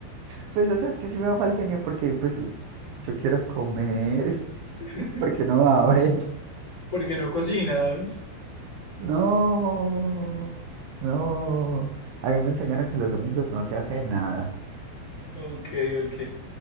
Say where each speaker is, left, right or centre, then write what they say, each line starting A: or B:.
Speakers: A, on the right; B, on the left.
A: Pues o sea, es que sí me da mal genio porque pues yo quiero comer, <laughs>
B: <laughs>
A: ¿por qué no abren.
B: ¿Por qué no cocinas?
A: No, no. A mí me enseñaron que los domingos no se hace nada.
B: Ok, ok.